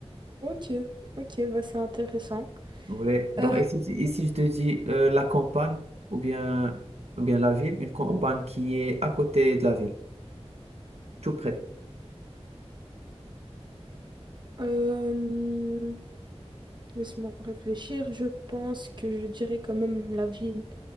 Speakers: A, on the right; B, on the right.
A: Ok, ok, bah c'est intéressant.
B: Ouais. Donc,
A: Euh,
B: et si, et si je te dis euh, la campagne ou bien, ou bien la ville, une campagne qui est à côté de la ville, tout près.
A: euh, laisse-moi réfléchir. Je pense que je dirais quand même la ville,